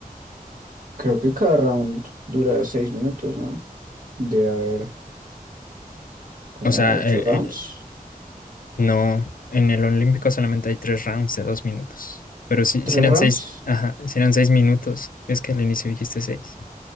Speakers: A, on the right; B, on the left.
A: Creo que cada round dura seis minutos, ¿no? Debe haber como
B: O sea,
A: ocho
B: el,
A: rounds.
B: el- no, en el olímpico solamente hay tres rounds de dos minutos. Pero sí,
A: ¿Tres
B: sí eran
A: rounds?
B: seis, ajá, sí eran seis minutos. Es que al inicio dijiste seis.